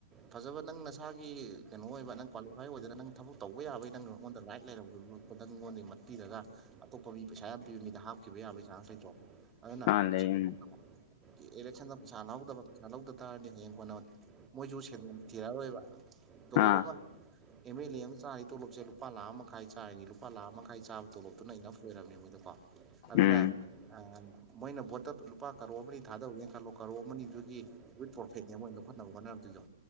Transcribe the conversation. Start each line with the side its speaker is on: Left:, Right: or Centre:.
Right: ꯐꯖꯕ ꯅꯪ ꯅꯁꯥꯒꯤ ꯀꯩꯅꯣ ꯑꯣꯏꯕ ꯅꯪ ꯀ꯭ꯋꯥꯂꯤꯐꯥꯏ ꯑꯣꯏꯗꯅ ꯅꯪ ꯊꯕꯛ ꯇꯧꯕ ꯌꯥꯕꯒꯤ ꯅꯪꯉꯣꯟꯗ ꯔꯥꯏꯠ <unintelligible> ꯃꯤꯉꯣꯟꯗꯒꯤ ꯃꯠꯄꯤꯔꯒ ꯑꯇꯣꯞꯄ ꯃꯤ ꯄꯩꯁꯥ ꯌꯥꯝ ꯄꯤꯕ ꯃꯤꯗ ꯍꯥꯞꯈꯤꯕ ꯌꯥꯕꯒꯤ ꯆꯥꯟꯁ ꯂꯩꯇ꯭ꯔꯣ꯫ ꯑꯗꯨꯅ
Left: ꯑꯥ ꯂꯩ ꯎꯝ
Right: <inaudible> ꯏꯂꯦꯛꯁꯟꯗ ꯄꯩꯁꯥ ꯂꯧꯍꯧꯗꯕ ꯄꯩꯁꯥ ꯂꯧꯗ ꯇꯥꯔꯗꯤ ꯍꯌꯦꯡ ꯀꯣꯟꯅ ꯃꯣꯏꯖꯨ ꯁꯦꯟꯗꯣꯡ ꯊꯤꯔꯛꯔꯣꯏꯕ ꯇꯣꯂꯣꯞ
Left: ꯑꯥ
Right: ꯑꯃ ꯑꯦꯝ ꯑꯦꯜ ꯑꯦ ꯑꯃ ꯆꯥꯔꯤ ꯇꯣꯂꯣꯞꯁꯦ ꯂꯨꯄꯥ ꯂꯥꯈ ꯑꯃꯛ ꯈꯥꯏ ꯆꯥꯔꯤꯅꯤ ꯂꯨꯄꯥ ꯂꯥꯛꯑꯝ ꯃꯈꯥꯏ ꯆꯥꯕ ꯇꯣꯂꯣꯞꯇꯨꯅ ꯏꯅꯐ ꯑꯣꯏꯔꯝꯅꯤ ꯃꯣꯏꯗꯀꯣ ꯑꯗꯨꯅ
Left: ꯎꯝ
Right: ꯈ ꯔ ꯉꯟ ꯃꯣꯏꯅ ꯚꯣꯠꯇ ꯂꯨꯄꯥ ꯀꯔꯣ ꯑꯃꯅꯤ ꯊꯥꯗꯧꯔꯦꯟ ꯈꯜꯂꯣ ꯀꯔꯣ ꯑꯃꯅꯤꯗꯨꯒꯤ ꯋꯤꯠ ꯄꯣꯐꯤꯠꯅꯦ ꯃꯣꯏꯅ ꯂꯧꯈꯠꯅꯕ ꯍꯣꯠꯅꯔꯝꯇꯣꯏꯗꯣ꯫